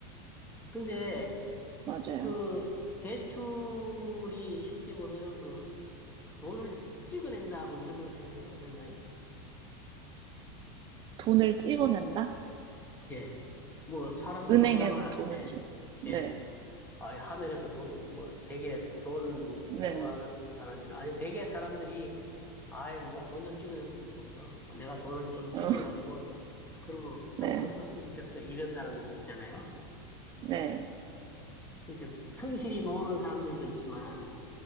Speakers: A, on the left (about 15°); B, on the right (about 35°).
A: 근데
B: 맞아요.
A: 그 대출이 실제 보면은 그 돈을 찍어낸다, 뭐 이런 거 생각해 보셨나요?
B: 돈을 찍어낸다?
A: 예. 뭐 사람들
B: 은행에서
A: 농담할
B: 돈을
A: 때,
B: 찍, 네,
A: 예. 아, 하늘에서 돈이, 뭐 되게 돈
B: 네,
A: 좋아하는 사람이나, 아니 되게 사람들이, 아이, 누가 돈 좀 찍어줬으면 좋겠어. 내가 돈을 좀
B: 어,
A: 찍어가지고, 그러면
B: 네,
A: 팡팡 썼으면 좋겠어. 이런 사람 있잖아요.
B: 네,
A: 이렇게 성실히 모으는 사람들도 있지만,